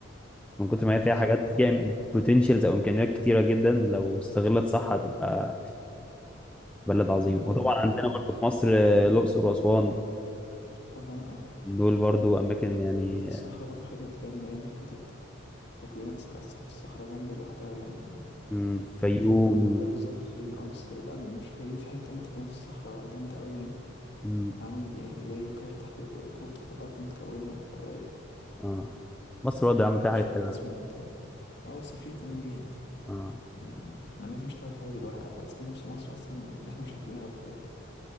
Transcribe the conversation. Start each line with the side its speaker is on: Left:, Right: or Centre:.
Centre: من كتر ما هي فيها
Left: بالظبط
Centre: حاجات فيها بوتنشالز او امكانيات كتيره جدا لو استغلت صح هتبقى بلد عظيم
Left: أيوة
Centre: وطبعا
Left: فعلا
Centre: عندنا برضه
Left: آه،
Centre: في مصر آه، الاقصر واسوان
Left: طبعا اه
Centre: دول برضه اماكن يعني
Left: في في الصحراء برضه حتت جامدة يعني في حتت تكوينات صح صح في الصحراء جامدة لوحدها يعني
Centre: مم، فيوم
Left: يعني مش فاكر المنطقة بالظبط فين اه بس لا مش في الفيوم في حتة تانية تكوينات في الصحراء جامدة أوي يعني
Centre: مم،
Left: عامل يعني زي كهف تحت كوب تحت الأرض متكونة طبيعية
Centre: اه مصر برضه يا عم فيها
Left: مش
Centre: حاجات
Left: فاكر
Centre: حلوه
Left: اسم المنطقة اه بس في اهتمام بيها
Centre: آه.
Left: يعني يعني ما الناس مش هتعرف الحاجة دي لوحدها أسكان في مصر أصلا إحنا مش عارفين أغلب الحاجات دي